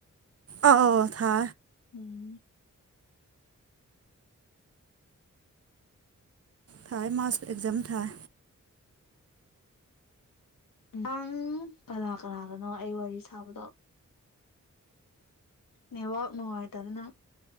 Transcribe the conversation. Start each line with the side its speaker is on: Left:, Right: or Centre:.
Right: ꯑꯥꯎ ꯊꯥ
Left: ꯎꯝ
Right: ꯊꯥꯏ ꯃꯥꯁ ꯑꯦꯛꯖꯝ ꯊꯥꯏ
Left: ꯑꯥꯡ ꯀꯅꯥ ꯀꯅꯥꯒꯅꯣ ꯑꯩ ꯋꯥꯔꯤ ꯁꯥꯕꯗꯣ ꯅꯦꯋꯥꯛ ꯅꯨꯡꯉꯥꯏꯇꯗꯅ